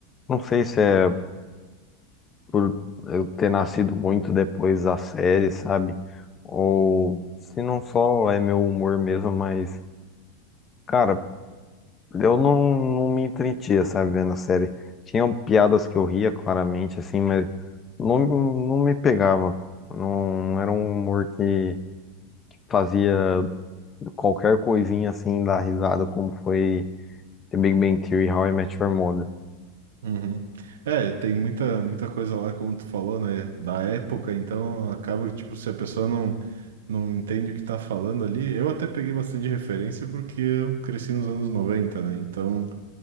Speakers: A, on the left; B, on the right.
A: não sei se é por eu ter nascido muito depois da série, sabe? Ou se não só é meu humor mesmo, mas, cara, eu não, não me entretia, sabe, vendo a série. Tinham piadas que eu ria claramente, assim, mas não, não me pegava. Não, não era um humor que fazia Qualquer coisinha assim dá risada, como foi The Big Bang Theory, How I Met Your Mother.
B: Uhum. É, tem muita, muita coisa lá, como tu falou, né? Da época, então acaba que, tipo, se a pessoa não, não entende o que tá falando ali. Eu até peguei bastante referência porque eu cresci nos anos 90, né? Então.